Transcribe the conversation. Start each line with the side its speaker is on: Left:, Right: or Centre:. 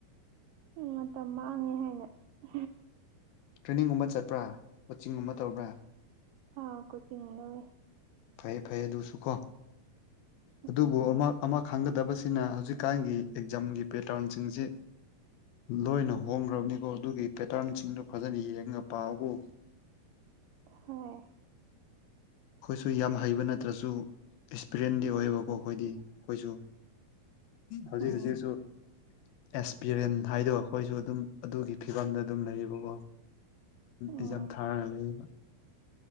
Right: ꯎ ꯃꯇꯝ ꯃꯥꯡꯉꯦ ꯍꯥꯏꯅ ꯎ
Left: ꯇ꯭ꯔꯦꯅꯤꯡꯒꯨꯝꯕ ꯆꯠꯄ꯭ꯔꯥ ꯀꯣꯆꯤꯡꯒꯨꯝꯕ ꯇꯧꯕ꯭ꯔꯥ
Right: ꯑꯥ ꯀꯣꯆꯤꯡ ꯂꯧꯋꯦ
Left: ꯐꯩ ꯐꯩ ꯑꯗꯨꯁꯨ ꯀꯣ ꯑꯗꯨꯕꯨ
Right: ꯎꯝ
Left: ꯑꯃ ꯑꯃ ꯈꯪꯗ ꯇꯕꯁꯤꯅ ꯍꯧꯖꯤꯛꯀꯥꯟꯒꯤ ꯑꯦꯛꯖꯥꯝꯒꯤ ꯄꯦꯇꯔꯟꯁꯤꯡꯁꯤ ꯂꯣꯏꯅ ꯍꯣꯡꯈ꯭ꯔꯕꯅꯤꯀꯣ ꯑꯗꯨꯒꯤ ꯄꯦꯇꯔꯟꯁꯤꯡꯗꯨ ꯐꯖꯅ ꯌꯦꯡꯉ ꯄꯥꯛꯕꯨ <unintelligible>
Right: ꯍꯣꯏ
Left: ꯑꯩꯈꯣꯏꯁꯨ ꯌꯥꯝ ꯍꯩꯕ ꯅꯠꯇ꯭ꯔꯁꯨ ꯑꯦꯛꯁꯄꯤꯔꯤꯦꯟꯗꯤ ꯑꯣꯏꯌꯦꯕꯀꯣ ꯑꯩꯈꯣꯏꯗꯤ ꯑꯩꯈꯣꯏꯁꯨ ꯍꯧꯖꯤꯛ
Right: ꯎꯝ
Left: ꯍꯧꯖꯤꯛꯁꯨ ꯑꯦꯛꯁꯄꯤꯔꯤꯟ ꯍꯥꯏꯗꯣ ꯑꯩꯈꯣꯏꯁꯨ ꯑꯗꯨꯝ ꯑꯗꯨꯒꯤ ꯐꯤꯕꯝꯗ ꯑꯗꯨꯝ ꯂꯩꯌꯦꯕꯀꯣ
Right: ꯎꯝ
Left: ꯑꯦꯖꯝ ꯊꯥꯔꯒ ꯂꯩꯔꯤꯕ